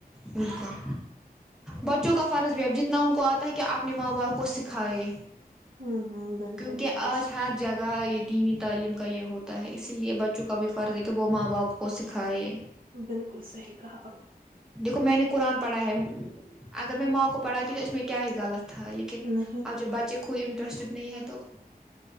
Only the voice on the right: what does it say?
نا
ہوں ہوں بالکل
بالکل
بالکل بک صحیح کہا آ
نےاں